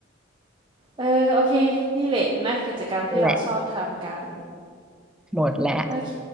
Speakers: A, on the right; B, in the centre.
A: เออโอเคนี่แหละนะกิจกรรมที่เราชอบทำกัน
B: นั่นแหละหมดแล้ว
A: โอเค